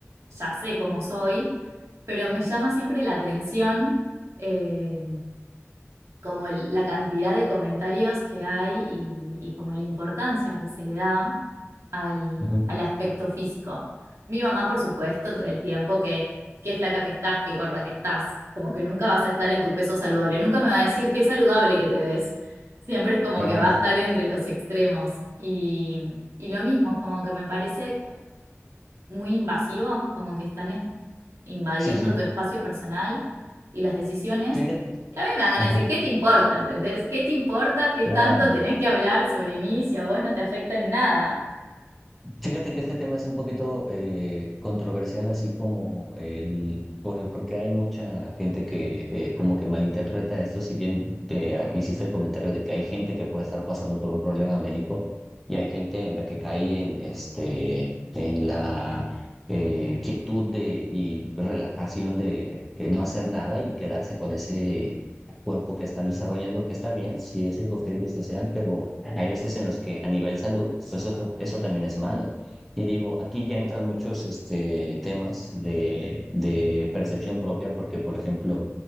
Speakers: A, on the right (about 70°); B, in the centre.
A: ya sé cómo soy, pero me llama siempre la atención eh, como el- la cantidad de comentarios que hay y, y como la importancia que se le da al,
B: ujú,
A: al aspecto físico. Mi mamá, por supuesto, todo el tiempo que qué flaca que estás, qué gorda que estás, como que nunca vas a estar en tu peso saludable, nunca me va a decir qué saludable que te ves. Siempre es como
B: claro,
A: que va a estar entre los extremos. Y, y lo mismo, es como que me parece muy invasivo, como que están eh, invadiendo
B: sí, sí,
A: tu espacio personal y las decisiones.
B: fíjate,
A: Y a mí me van
B: ajá,
A: a decir, ¿qué te importa? ¿Entendés? ¿Qué te importa? ¿Qué
B: claro.
A: tanto tenés que hablar sobre mí si a vos no te afecta en nada?
B: Fíjate que este tema es un poquito eh, controversial, así como el, por- porque hay mucha gente que eh, como que malinterpreta esto, si bien te, ah, hiciste el comentario de que hay gente que puede estar pasando por un problema médico y hay gente en la que cae en, este, en la eh, quietud de, y relajación de, de no hacer nada y quedarse con ese cuerpo que están desarrollando, que está bien, si eso es lo que ellos desean, pero... Hay veces en los que a nivel salud, pues eso, eso también es malo. Y digo, aquí ya entran muchos este, temas de, de percepción propia, porque, por ejemplo,